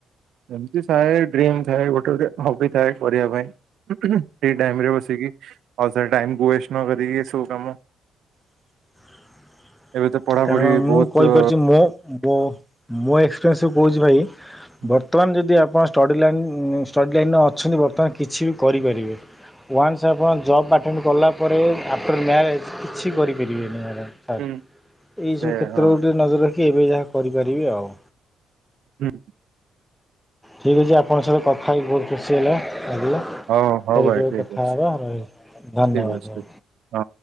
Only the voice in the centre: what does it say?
<unintelligible>
କାରଣ ମୁଁ
କହିପାରୁଛି ମୋ ମୋ ମୋ ଏକ୍ସପିରିଏନ୍ସରୁୁ କହୁଛି ଭାଇ
ବର୍ତ୍ତମାନ ଯଦି ଆପଣ ଷ୍ଟଡ଼ି ଲାଇନ୍, ଷ୍ଟଡ଼ି ଲାଇନ୍ର ଅଛନ୍ତି ବର୍ତ୍ତମାନ କିଛି ବି କରିପାରିବେ, ୱାନ୍ସ ଆପଣ ଜବ୍ ଆଟେଣ୍ଡ କଲା ପରେ ଆଫ୍ଟର୍ ମ୍ୟାରେଜ୍ କିଛି କରିପାରିବେନି ମ୍ୟାଡ଼ାମ୍ ସାର୍
ଏଇସବୁ
କ୍ଷେତ୍ର
ଗୋଟେ ନଜର ରଖି ଏବେ ଯାହା କରିପାରିବେ ଆଉ
ଠିକ ଅଛି ଆପଣଙ୍କ ସହିତ କଥା ହେଇକି ବହୁତ ଖୁସି ହେଲା। ଆ
ଫେର
କେବେ
କଥା
ହବ ରହଲି, ଧନ୍ୟବାଦ।